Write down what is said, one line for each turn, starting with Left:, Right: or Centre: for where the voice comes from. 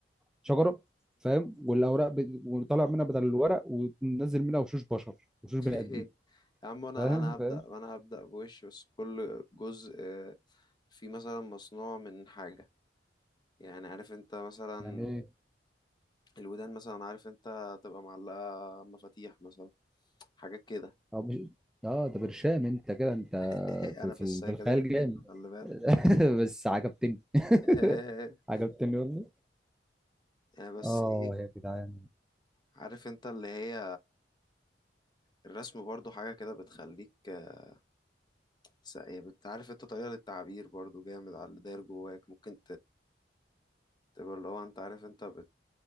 Centre: شجره فاهم والاوراق ب... وطالع منها بدل الورق وننزل منها وشوش بشر وشوش
Left: <laughs>
Centre: بني ادمين
Left: يا عم انا
Centre: فاهم
Left: انا هبدأ
Centre: فاهم
Left: انا هبدأ بوش بس كل جزء آه، فيه مثلا مصنوع من حاجة يعني عارف انت مثلا
Centre: يعني ايه
Left: الودان مثلا عارف انت تبقى معلقة مفاتيح مثلا حاجات كده
Centre: أو مش... اه ده برشام انت كده انت
Left: <laughs>
Centre: في
Left: انا
Centre: في
Left: في السايكاديليك
Centre: في الخيال
Left: منه
Centre: جامد
Left: خلي بالك
Centre: <laughs> بس عجبتني
Left: <laughs>
Centre: <laughs> عجبتني والله
Left: آه، بس
Centre: اه
Left: ايه
Centre: يا جدعان
Left: عارف انت اللي هي الرسم برضو حاجة كده بتخليك آه، س- يعني بت- عارف انت طريقة للتعبير برضو جامد على اللي داير جواك ممكن تبقى اللي هو انت عارف انت بت